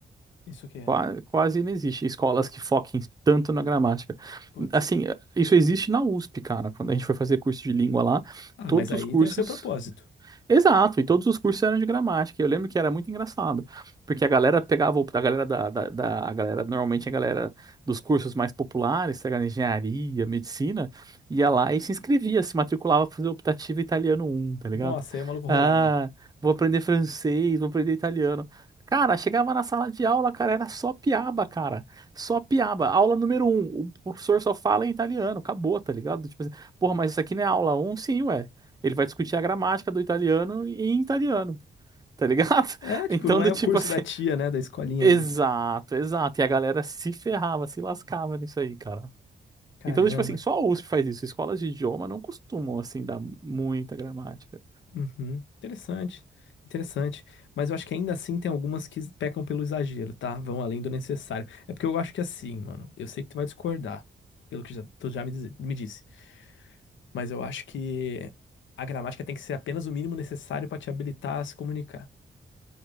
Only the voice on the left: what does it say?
Isso que é.
Putz.
Ah,
mas aí
tem o seu propósito.
Nossa, aí o maluco rodava.
É, tipo,
não
é
o curso
da tia, né? Da escolinha.
né?
Caramba.
Uhum. Interessante. Interessante. Mas eu acho que ainda assim tem algumas que pecam pelo exagero, tá? Vão além do necessário. É porque eu acho que assim, mano. Eu sei que tu vai discordar, pelo que já, tu já me, diz- me disse. Mas eu acho que a gramática tem que ser apenas o mínimo necessário pra te habilitar a se comunicar.